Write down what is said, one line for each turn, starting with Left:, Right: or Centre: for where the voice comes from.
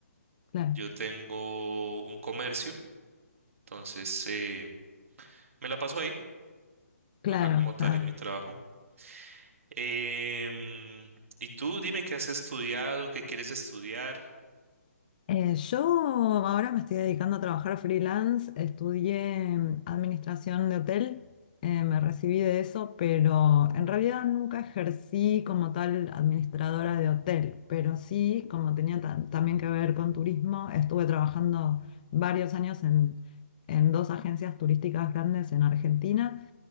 Left: Claro,
Right: yo tengo un comercio, entonces eh, me la paso ahí,
Left: claro,
Right: acá como
Left: está.
Right: tal en mi trabajo. Em, y tú dime qué has estudiado, qué quieres estudiar.
Left: Eh, yo ahora me estoy dedicando a trabajar freelance, estudié mm, administración de hotel, eh, me recibí de eso, pero en realidad nunca ejercí como tal administradora de hotel, pero sí, como tenía ta- también que ver con turismo, estuve trabajando varios años en, en dos agencias turísticas grandes en Argentina.